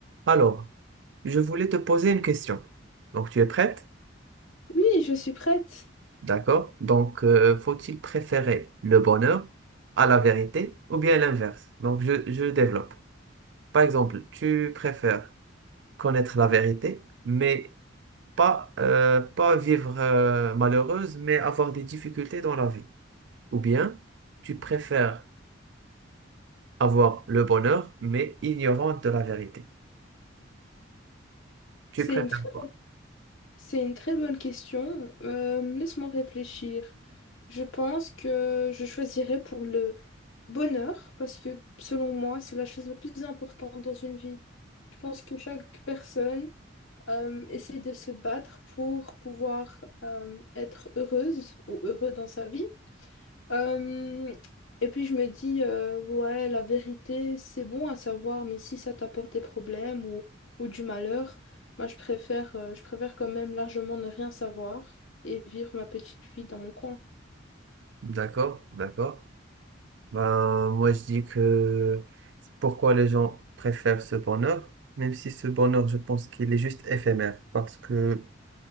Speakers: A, on the right; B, on the left.
A: Alors, je voulais te poser une question. Donc, tu es prête?
B: Oui, je suis prête.
A: D'accord. Donc, euh, faut-il préférer le bonheur à la vérité ou bien l'inverse? Donc, je, je développe. Par exemple, tu préfères connaître la vérité, mais pas, euh, pas vivre euh, malheureuse, mais avoir des difficultés dans la vie. Ou bien, tu préfères avoir le bonheur, mais ignorante de la vérité. Tu
B: C'est
A: préfères
B: une très,
A: quoi?
B: c'est une très bonne question. Euh, laisse-moi réfléchir. Je pense que je choisirais pour le bonheur, parce que selon moi, c'est la chose la plus importante dans une vie. Je pense que chaque personne euh, essaie de se battre pour pouvoir euh, être heureuse ou heureux dans sa vie. Euh, et puis je me dis, euh, ouais, la vérité, c'est bon à savoir, mais si ça t'apporte des problèmes ou, ou du malheur, moi je préfère, euh, je préfère quand même largement ne rien savoir et vivre ma petite vie dans mon coin.
A: D'accord, d'accord. Ben, moi, je dis que c'est pourquoi les gens préfèrent ce bonheur, même si ce bonheur, je pense qu'il est juste éphémère, parce que